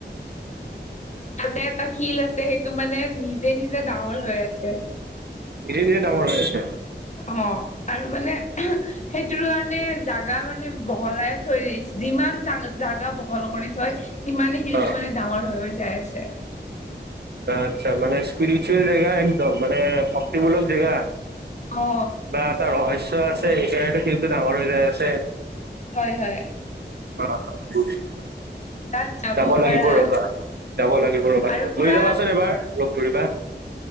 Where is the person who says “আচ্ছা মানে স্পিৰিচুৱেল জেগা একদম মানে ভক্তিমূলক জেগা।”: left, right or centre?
Right